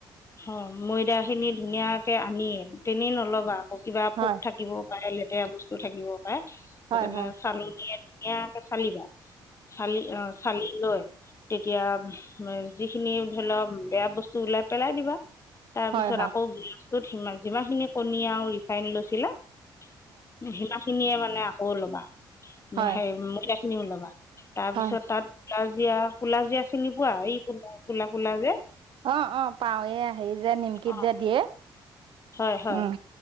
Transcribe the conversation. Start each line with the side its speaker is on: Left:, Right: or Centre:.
Left: অ' ময়দা খিনি ধুনীয়াকে আনিয়ে তেনেই নলব আকৌ কিবা
Right: হয়
Left: পোক থাকিব পাৰে লেতেৰা বস্তু থাকিব পাৰে সেইকাৰণে
Right: হয় হয় হয় হয়
Left: চালোনিয়ে ধুনীয়াকে চালিবা চালি অ' চালি লৈ তেতিয়া যিখিনি ধৰি লওক বেয়া বস্তু ওলাই পেলাই দিবা। তাৰ
Right: হয়
Left: পিছত আকৌ গিলাচটোত সি যিমানখিনি কণী আৰু ৰিফাইন লৈছিলা সিমা খিনিয়ে মানে আকৌলবা
Right: হয় হয়
Left: সেই ময়নাা খিনিও লবা। তাৰ
Right: হয়
Left: পিছত তাত গাজিয় কলা যেীয়া চিনি পোৱা এই কা কলা কলা যে?
Right: অ অ পাওঁ এই হেৰি যে নিমকিত
Left: অ'
Right: যে দিয়ে
Left: হয় হয়
Right: উম